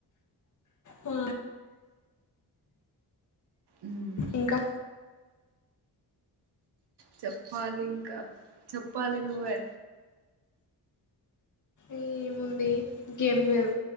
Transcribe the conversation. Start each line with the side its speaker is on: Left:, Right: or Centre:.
Left: ఆ
Right: ఉమ్
Left: ఇంకా
Right: చేప్పాలింకా చెప్పాలి నువ్వె
Left: ఏముంది ఇంకేం లేదు